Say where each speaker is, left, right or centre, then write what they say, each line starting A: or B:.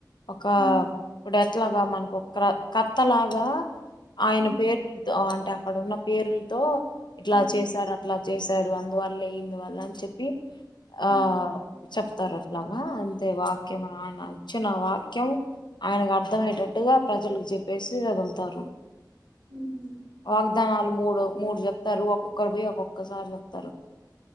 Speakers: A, on the left; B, on the right.
A: ఒక
B: ఉమ్
A: ఇప్పుడ ఎట్ లాగా మనకు క కత్త లాగా ఆయన
B: ఉమ్
A: పేరులతో అంటే అక్కడ ఉన్న పేరులతో ఇట్లా
B: ఆ
A: చేశారు చేశారు అందువల్ల ఇందువల్ల అని చెప్పి ఆ
B: ఉమ్
A: చెప్తారు అట్లాగా అంతే వాక్యం చ్చనా వాక్యం ఆయనకు అర్థ అయ్యటట్టుగా ప్రజలు చెప్పేసి వదులుతారు
B: ఉహు
A: వాగ్దానాలు మూడు మూడు చెప్తారు ఒక్కొక్కరు పోయి ఒక్కొక్కరు ఒకజారి చెప్తారు